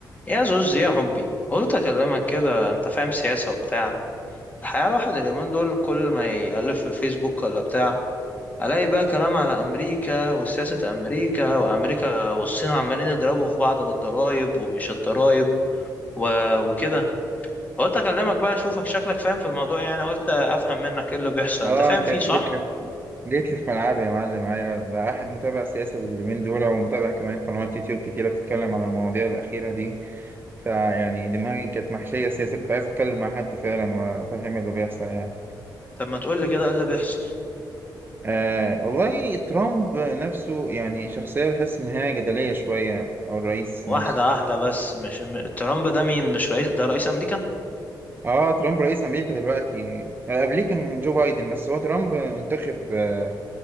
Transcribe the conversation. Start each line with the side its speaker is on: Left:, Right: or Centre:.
Left: يا زوز يا حبي قلت اكلمك كده انت فاهم سياسة وبتاع الحقيقة الواحد اليومين دول كل ما يألف في الفيسبوك ولا بتاع الاقي بقى كلام على امريكا وسياسة امريكا وامريكا والصين عمالين يضربوا في بعض بالضرايب ومش الضرايب و... وكده قلت اكلمك بقى اشوفك شكلك فاهم في الموضوع يعني قلت افهم منك ايه اللي بيحصل
Right: اه
Left: انت فاهم
Right: انت
Left: فيه
Right: جيت
Left: صح
Right: لي جيت لي في ملعبي يا معلم ايوه ده واحد متابع سياسه اليومين دول ومتابع كمان قنوات يوتيوب كتيره بتتكلم عن المواضيع الاخيره دي فيعني دماغي كانت محشيه سياسه كنت عايز اتكلم مع حد فعلا وافهم اللي بيحصل يعني
Left: طب ما تقول لي كده ايه اللي بيحصل
Right: آه والله ترامب نفسه يعني شخصيه بحس ان هي جدليه شويه او الرئيس
Left: واحدة
Right: نفسه
Left: واحدة بس مش م- ترامب ده مين مش رئيس ده رئيس امريكا
Right: اه ترامب رئيس امريكا دلوقتي آه، قبليه كان جو بايدن بس هو ترامب انتخب آه،